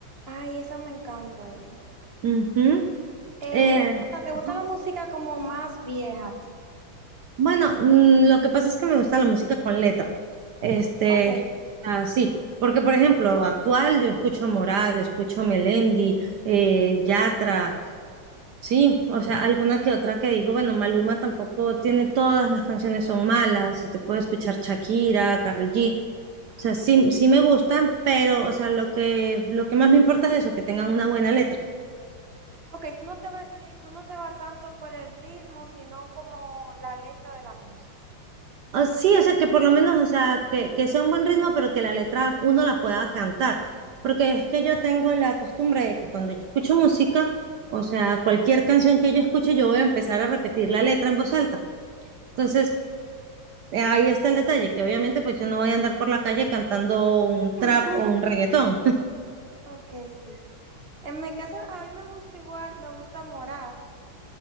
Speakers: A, on the right (about 35°); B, on the right (about 65°).
A: Ay, esa me encanta ella.
B: ujú,
A: Eh,
B: eh,
A: o sea, ¿te gusta
B: ajá.
A: la música como más vieja a ti?
B: bueno, mm, lo que pasa es que me gusta la música con letra, este,
A: Ok,
B: así, porque por ejemplo, actual yo escucho Morat, escucho Melendi, eh, Yatra, Sí, o sea, alguna que otra que digo, bueno, Maluma tampoco tiene todas las canciones son malas, te puedo escuchar Shakira, Karol G, o sea, sí, sí me gustan, pero, o sea, lo que, lo que más me importa es eso, que tengan una buena letra.
A: ok, tú no te vas, sí, tú no te vas tanto por el ritmo, sino como la letra de la música.
B: Ah, sí, o sea, que por lo menos, o sea, que, que sea un buen ritmo, pero que la letra uno la pueda cantar, porque es que yo tengo la costumbre de que cuando yo escucho música, o sea, cualquier canción que yo escuche, yo voy a empezar a repetir la letra en voz alta. Entonces, Eh, Ahí está el detalle, que obviamente pues yo no voy a andar por la calle cantando un trap
A: <laughs>
B: o un reggaetón.
A: Ok, sí. En mi caso, a mí me gusta igual, me gusta Morat,